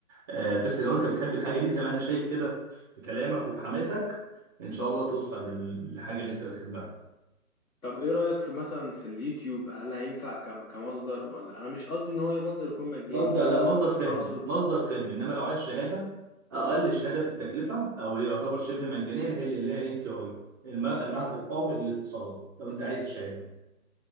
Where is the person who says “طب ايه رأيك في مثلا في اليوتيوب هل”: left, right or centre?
Left